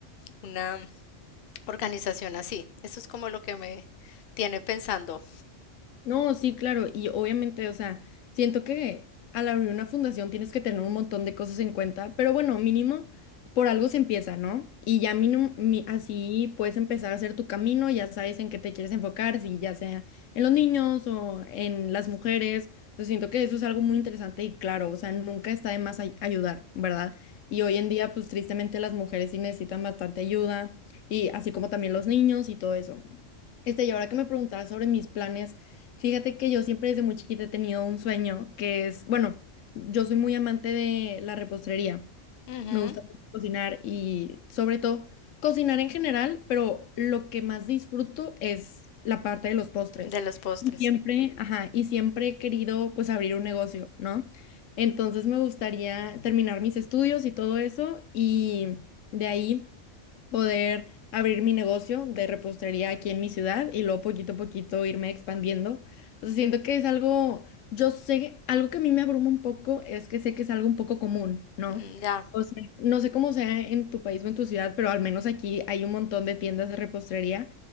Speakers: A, on the left; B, on the left.
A: una organización así. Eso es como lo que me tiene pensando.
B: No, sí, claro, y obviamente, o sea, siento que al abrir una fundación tienes que tener un montón de cosas en cuenta, pero bueno, mínimo por algo se empieza, ¿no? Y ya mínimo, mi- así puedes empezar a hacer tu camino, ya sabes en qué te quieres enfocar, si ya sea en los niños o en las mujeres, o sea, siento que eso es algo muy interesante y claro, o sea, nunca está de más ay- ayudar, ¿verdad? Y hoy en día, pues tristemente las mujeres sí necesitan bastante ayuda, y así como también los niños y todo eso. Este, y ahora que me preguntabas sobre mis planes. Fíjate que yo siempre desde muy chiquita he tenido un sueño que es, bueno, yo soy muy amante de la repostería.
A: Ujú,
B: Me gusta mucho cocinar y sobre todo cocinar en general, pero lo que más disfruto es la parte de los postres.
A: De los postres.
B: Y siempre, ajá, y siempre he querido pues abrir un negocio, ¿no? Entonces me gustaría terminar mis estudios y todo eso y de ahí poder abrir mi negocio de repostería aquí en mi ciudad y luego poquito a poquito irme expandiendo. O sea, siento que es algo, yo sé, algo que a mí me abruma un poco es que sé que es algo un poco común, ¿no?
A: Mm, Ya,
B: O sea, no sé cómo sea en tu país o en tu ciudad, pero al menos aquí hay un montón de tiendas de repostería,